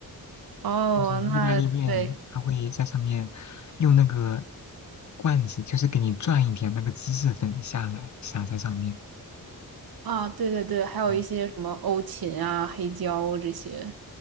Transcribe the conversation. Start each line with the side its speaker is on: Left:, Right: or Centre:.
Right: 哦，
Left: 就是意大利面，
Right: 那对
Left: 它会在上面用那个罐子，就是给你转一点那个芝士粉下来，撒在上面。
Right: 啊，对对对，还有一些什么欧芹啊、
Left: 嗯，
Right: 黑椒这些。